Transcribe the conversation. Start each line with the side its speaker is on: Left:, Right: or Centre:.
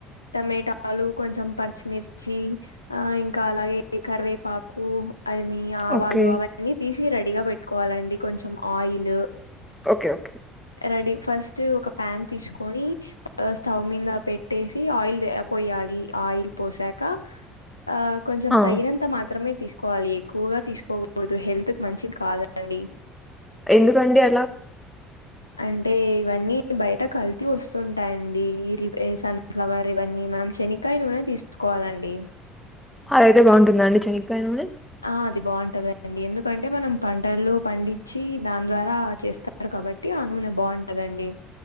Left: టమాటాలు కొంచెం పచ్చిమిర్చి ఆ ఇంకా అలాగే కరివేపాకు అవి మీ ఆవాలు
Centre: ఓకే
Left: అవన్నీ తీసి రెడీగా పెట్టుకోవాలండి కొంచెం oil
Centre: okay okay
Left: ready first ఒక ప్యాన్ తీసుకని స్టవ్ మీద పెట్టేసి ఆయిల్ పోయాలి లి ఆయిల్ పోసాకా ఆ కొంచెం
Centre: ఆ
Left: తగినంత మాత్రమే తీసుకోవాలి ఎక్కువగా తీసుకోకూడదు హెల్త్ కు మంచిది కాదండి
Centre: ఎందుకండి అలాగా
Left: అంటే ఇవన్నీ బయట కల్తీ వస్తుంటాయిండి ఈ సన్ఫ్లవర్ ఇవన్నీ మనం శనకాయ నూనె తీసుకోవాలండి
Centre: అది అయితే బాగుంటుంద అండి చెనకాయ నూనె
Left: ఆ అది బాగుంటుందిండి ఎందుకంటే మనం పంటల్లో పండించి దాని ద్వారా చేస్తారు కాబట్టి నూనె బాగుంటదండి